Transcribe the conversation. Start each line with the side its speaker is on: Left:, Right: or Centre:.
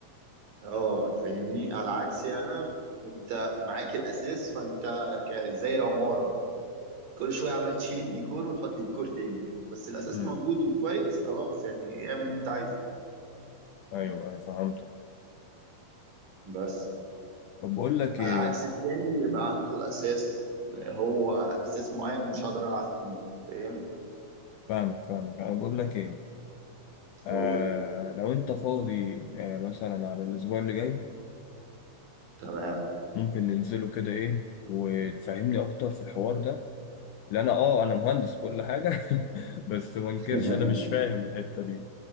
Right: اه فاهمني على عكسي انا انت معاك الاساس فانت ك- زي العمارة كل شوية عمال تشيل الديكور وتحط ديكور تاني بس الاساس
Left: امم
Right: موجود وكويس خلاص يعني اعمل اللي انت عايزه
Left: ايوه ايوه فهمتك
Right: بس
Left: طب بقول لك
Right: على
Left: ايه
Right: عكس التاني بيبقى عنده الاساس هو اساس معين مش هقدر العب فيه فاهم
Left: فاهمك فاهمك انا بقول لك ايه آه
Right: هو
Left: لو انت فاضي آه مثلا على الاسبوع اللي جاي
Right: تمام
Left: ممكن ننزله كده ايه وتفهمني اكتر في الحوار ده لان انا اه انا مهندس كل حاجه <laughs> بس ما انكرش
Right: <laughs>
Left: انا مش فاهم الحته دي